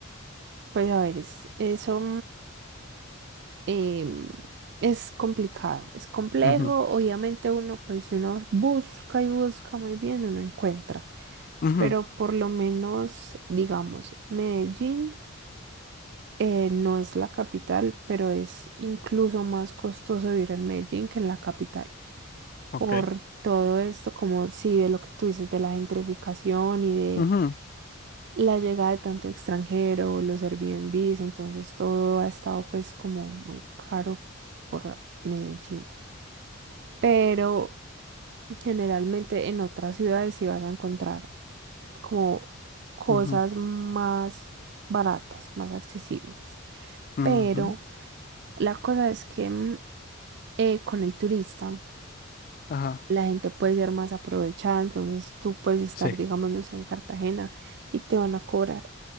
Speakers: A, on the right; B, on the left.
A: Pues a ver, es, eso. em, es complicado, es complejo.
B: Ujú,
A: Obviamente uno, pues si uno busca y busca muy bien, uno encuentra.
B: ujú,
A: Pero por lo menos, digamos, Medellín eh, no es la capital, pero es incluso más costoso vivir en Medellín que en la capital.
B: ok,
A: Por todo esto, como sí, de lo que tú dices, de la gentrificación y de
B: ujú,
A: la llegada de tanto extranjero, los Airbnbs, entonces todo ha estado pues como muy caro por Medellín. pero generalmente en otras ciudades sí vas a encontrar como cosas
B: ujú,
A: más baratas, más accesibles.
B: ujú,
A: Pero la cosa es que mm, eh, con el turista
B: ajá,
A: la gente puede ser más aprovechada, entonces tú puedes estar,
B: sí.
A: digamos, no sé, en Cartagena y te van a cobrar